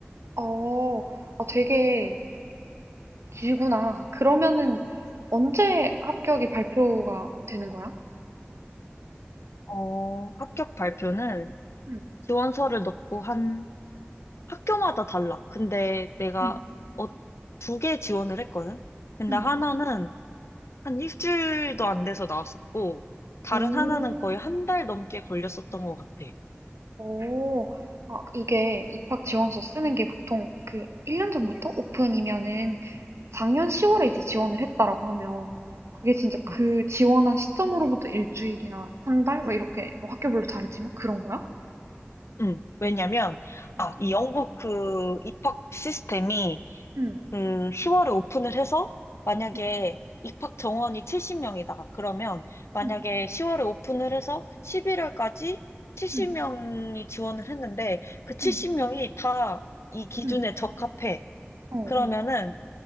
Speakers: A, on the right; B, on the left.
A: 어, 아, 되게 길구나. 그러면은 언제 합격이 발표가 되는 거야?
B: 어, 합격 발표는
A: 응,
B: 지원서를 넣고 한 학교마다 달라. 근데 내가
A: 응,
B: 어, 두 개 지원을 했거든? 근데
A: 응.
B: 하나는 한 일주일도 안 돼서 나왔었고, 다른
A: 오,
B: 하나는 거의 한 달 넘게 걸렸었던 것 같아.
A: 오. 아, 이게 입학 지원서 쓰는 게 보통 그 1년 전부터 오픈이면은 작년 10월에 이제 지원을 했다라고 하면 그게 진짜 그
B: 음.
A: 지원한 시점으로부터 일주일이나 한 달? 막 이렇게 뭐 학교별로 다르지만 그런 거야?
B: 음, 왜냐면, 아,
A: 응,
B: 이 영국 그 입학 시스템이
A: 응,
B: 그 10월에 오픈을 해서 만약에
A: 응,
B: 입학 정원이 70명이다. 그러면 만약에
A: 응,
B: 10월에 오픈을 해서 11월까지 70명이
A: 응,
B: 지원을 했는데 그 70명이
A: 응,
B: 다 이 기준에
A: 응,
B: 적합해.
A: 어,
B: 그러면은
A: 어.